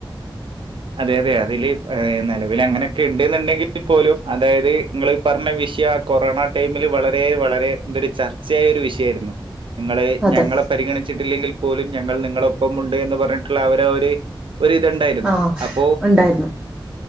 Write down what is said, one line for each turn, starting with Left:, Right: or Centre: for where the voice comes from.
Right: അതെ അതെ അതില് ഏഹ് നിലവിൽ അങ്ങനെയൊക്കെ ഇണ്ട്ന്ന്ണ്ടെങ്കിൽ പോലും അതായത് നിങ്ങൾ പറഞ്ഞ വിഷയാ കൊറോണ ടൈമില് വളരെ വളരെ ഇതൊരു ചർച്ചയായരു വിഷയായിരുന്നു നിങ്ങളെ
Centre: അതെ
Right: ഞങ്ങൾ പരിഗണിച്ചിട്ടില്ലെങ്കിൽ പോലും ഞങ്ങൾ നിങ്ങളൊപ്പമുണ്ടന്ന് പറഞ്ഞിട്ട് അവര് ഒര് ഒരുഇത്ണ്ടായിരുന്നു
Centre: ആഹ്
Right: അപ്പോ
Centre: ഉണ്ടായിരുന്നു